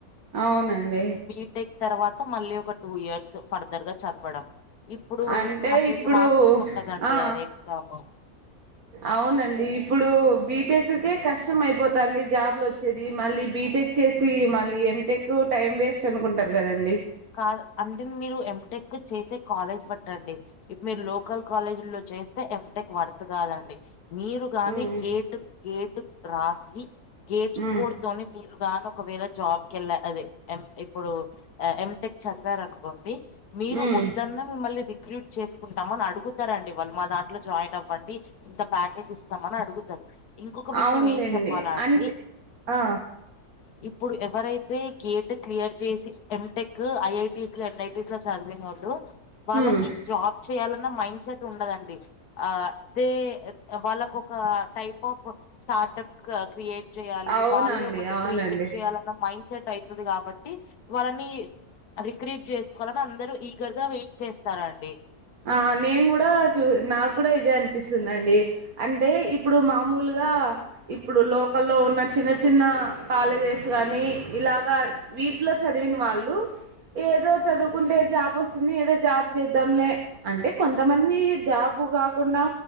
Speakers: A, on the right (about 65°); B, on the left (about 75°).
A: అవునండి
B: బీటెక్ తరవాత మళ్ళీ ఒక టూ ఇయర్స్ ఫర్దర్ గా చదవడం, ఇప్పుడు
A: అంటే
B: హండ్రెడ్
A: ఇప్పుడు
B: మార్క్స్ కు ఉంటదండి
A: ఆఆ
B: ఆ ఎగ్జామ్
A: అవునండి ఇప్పుడు బీటెక్ కే కష్టం అయిపోతుంది, జాబ్లు వచ్చేది మళ్ళీ బీటెక్ చేసి మళ్ళీ ఎంటెక్ టైం వేస్ట్ అనుకుంటారు కాదండి,
B: కాదు అంటే మీరు ఎంటెక్ చేసే కాలేజ్ బట్టండి ఇప్పుడు మీరు లోకల్ కాలేజీ లో చేస్తే ఎంటెక్ వర్త్ కాదండి మీరుగాని
A: ఉమ్
B: గేటుం గేటు రాసి గేట్స్
A: ఉమ్
B: కోర్ తోని మీరుగానీ ఒకవేళ జాబ్ కెళ్ళ అదే ఎం ఇప్పుడు ఎం ఎంటెక్ చదివారనుకోండి మీరు
A: ఉమ్
B: వద్దన్న మిమ్మల్ని వి రిక్రూట్ చేసుకుంటామని అడుగుతారండి వాళ్ళు మా దాంట్లో జాయిన్ అవ్వండి, ఇంత ప్యాకేజ్ ఇస్తామని అడుగుతరు ఇంకొక విషయం
A: అవునులేండి
B: ఏం చెప్పాలా అండి
A: అంతే ఆ
B: ఇప్పుడు ఎవరైతే గేట్ క్లియర్ చేసి ఎంటెక్ ఐఐ స్ లో ఎన్ఐటిస్ లో చదివినోళ్ళు వాళ్ళకి
A: ఉమ్
B: జాబ్ చేయాలన్న మైండ్ సెట్ ఉండదండి, ఆదే వాళ్ళకు ఒక టైప్ ఆఫ్ స్టార్ట్ప్ క్రియేట్ చేయాలి
A: అవునండి
B: వాళ్ళే ఒకటి
A: అవునండి
B: క్రియేట్ చేయాలన్న మైండ్ సెట్ అయితది కాబట్టి వాళ్ళని రిక్రూట్ చేసుకోవాలని అందరూ ఈగర్ గా వెయిట్ చేస్తారండి,
A: ఆ నేను కూడా చూ నాకు కూడా ఇదే అనిపిస్తుందండి, అంటే ఇప్పుడు మామూలుగా ఇప్పుడు లోకల్లో ఉన్న చిన్న చిన్న కాలేజెస్ గానీ ఇలాగా వీటిలో చదివిన వాళ్ళు ఏదో చదువుకుంటే జాబ్ వస్తుంది, ఏదో జాబ్ చేద్దాంలే అంటే కొంతమంది జాబు కాకుండా